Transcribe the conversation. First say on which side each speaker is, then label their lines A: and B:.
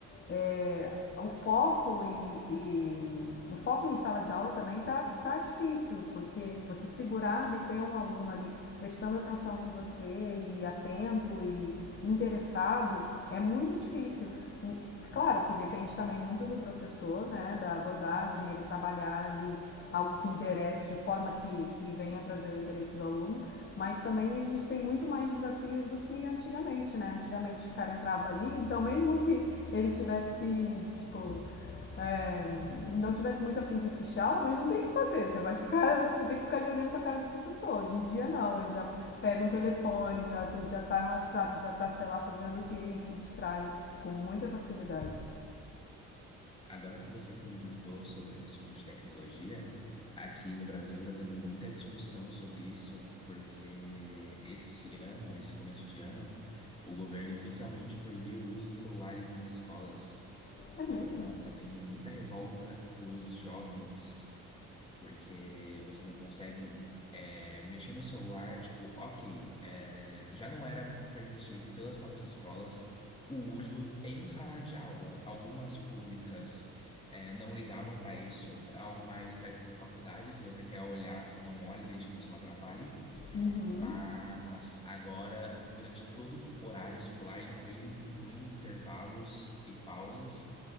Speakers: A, on the left (about 35°); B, on the left (about 20°).
A: é, o foco e, e- o foco em sala de aula também tá, tá difícil, porque você segurar, reter um aluno ali prestando atenção em você e atento e interessado é muito difícil. Hum, Claro que depende também muito do professor, né, da abordagem, ele trabalhar ali algo que interesse, de forma que, que venha trazer o interesse do aluno, mas também a gente tem muito mais desafios do que antigamente, né? Antigamente o cara entrava ali, então mesmo que ele tivesse, tipo, é, não tivesse muito afim de assistir a aula, mas não tem o que fazer. Você vai ficar, você tem que ficar ali olhando pra cara do professor. Hoje em dia não, ele já pega um telefone, já, já tá no WhatsApp, já tá, sei lá, fazendo o quê e se distrai com muita facilidade.
B: Agora que você comentou sobre esse assunto de tecnologia, aqui no Brasil está tendo muita discussão sobre isso, porque esse ano, esse começo de ano, o governo oficialmente proibiu o uso de celulares nas escolas.
A: É mesmo?
B: Então, tá tendo muita revolta dos jovens porque você não consegue é, mexer no celular, tipo, ok, é, já não era permitido pelas próprias escolas o uso em sala de aula. Algumas públicas é, não ligavam para isso, algo mais parecido com faculdade, se você quer olhar, você não olha, desde que você não atrapalhe.
A: Uhum.
B: Mas agora, durante todo o horário escolar, incluindo, incluindo intervalos e pausas,